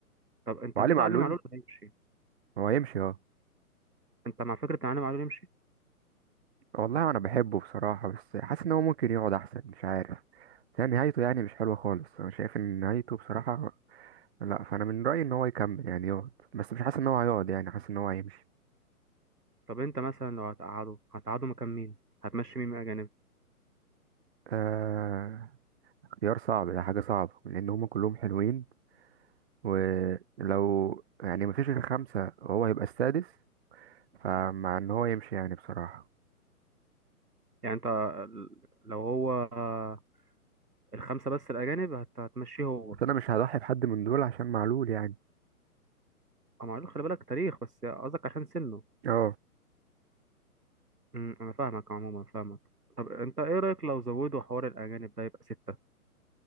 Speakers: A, on the right; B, on the right.
A: طب انت
B: وعلي
A: كده
B: معلول
A: علي معلول هيمشي
B: هو يمشي اه
A: انت مع فكره ان علي معلول يمشي
B: والله انا بحبه بصراحة بس حاسس ان هو ممكن يقعد احسن مش عارف يعني نهايته يعني مش حلوة خالص انا شايف ان نهايته بصراحة لا فانا من رأيي ان هو يكمل يعني يقعد بس مش حاسس ان هو هيقعد يعني حاسس ان هو هيمشي
A: طب انت مثلا لو هتقعده هتقعده مكان مين هتمشي مين من الاجانب
B: آه اختيار صعب ده حاجة صعبة لان هما كلهم حلوين ولو يعني مفيش غير خمسة وهو هيبقى السادس فمع ان هو يمشي يعني بصراحة
A: يعني انت ال- لو هو آه، الخمسه بس الاجانب هت- هتمشيه هو
B: بس انا مش هضحي بحد من دول عشان معلول يعني
A: أه معلول خلي بالك تاريخ بس قصدك عشان سنه
B: اه
A: أمم، انا فاهمك عموما فاهمك طب انت ايه رايك لو زودوا حوار الاجانب ده يبقى سته